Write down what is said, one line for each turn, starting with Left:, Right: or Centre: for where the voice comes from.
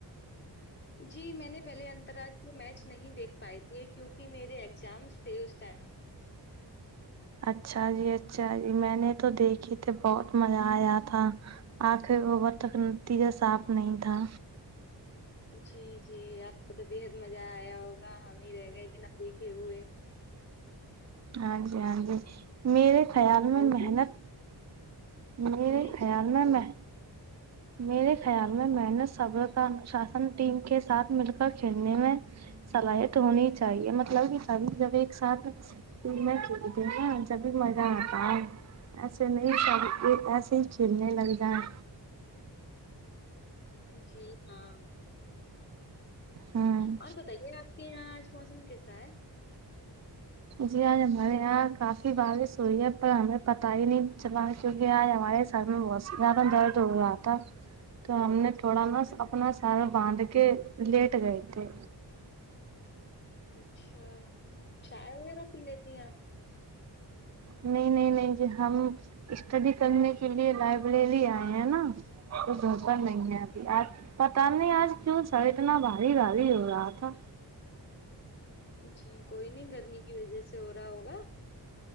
Left: جی میں نے پہلے انترراشٹریہ میچ نہیں دیکھ پائے تھے کیونکہ میرے ایگزامس تھے اس ٹائم
Right: اچھا جی اچھا جی میں نے تو دیکھے تھے بہت مزہ آیا تھا آنکھیں گوبر تک نتیجہ صاف نہیں تھا
Left: جی جی آپ کو تو بےحد مزہ آیا ہوگا ہم ہی رہ گئے بنا دیکھے ہوئے
Right: ہاں جی ہاں جی میرے خیال
Left: اور بتائیے
Right: میں محنت میرے
Left: جی
Right: خیال
Left: جی بتائیے
Right: میں میں میرے خیال میں میں نے صبر کا انشاسن ٹیم کے ساتھ مل کر کھیلنے میں صلاحیت ہونی چاہیے مطلب کہ ساری جب ایک ساتھ پھر میں کھیلتی نا جب بھی مزہ آتا ہے ایسے نہیں سب یہ ایسے چیلنے لگ جائیں
Left: جی ہاں
Right: ہوں
Left: اور بتائیے آپ کے یہاں آج موسم کیسا ہے
Right: جی آج ہمارے یہاں کافی بارش ہوئی ہے پر ہمیں پتا ہی نہیں چلا کیونکہ آج ہمارے سر میں بہت زیادہ درد ہو رہا تھا تو ہم نے تھوڑا
Left: اچھا
Right: نا اپنا سارا باندھ کے لیٹ گئے تھے
Left: اچھا چائے وغیرہ پی لیتی ہیں آپ
Right: نہیں نہیں نہیں جی ہم اسٹڈی کرنے کے لیے لائبریری آئے ہیں نا تو گھر پر نہیں ابھی آپ پتا نہیں آج کیوں سر اتنا بھاری بھاری ہو رہا تھا
Left: جی کوئی نہیں گرمی کی وجہ سے ہو رہا ہوگا